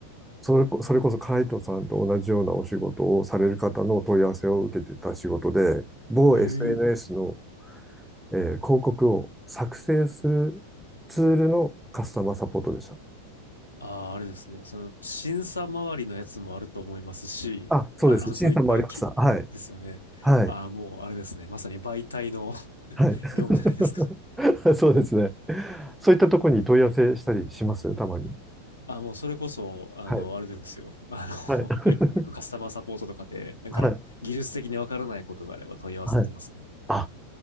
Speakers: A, in the centre; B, on the left.
A: それこ、それこそカイトさんと同じようなお仕事をされる方の問い合わせを受けてた仕事で、某
B: いへえ。
A: SNS のえー広告を作成するツールのカスタマーサポートでした。
B: あああれですね。その、審査周りのやつもあると思いますし、
A: あ、そうです。
B: あの、
A: 審査もありました。
B: そういったき、
A: はい。
B: ですよね。
A: はい。
B: ああもうあれですね。まさに媒体の <laughs>
A: はい。<laughs>
B: 業務じゃないですか。
A: そうですね。そういったところに問い合わせしたりしますたまに。
B: あ、もうそれこそ、あの、
A: はい。
B: あれですよ。あの、
A: はい。<laughs>
B: <laughs> よく、よくカスタマーサポートとかで、なんか、
A: はい。
B: 技術的にわからないことがあれば問い合わせてますね。
A: はい。あ、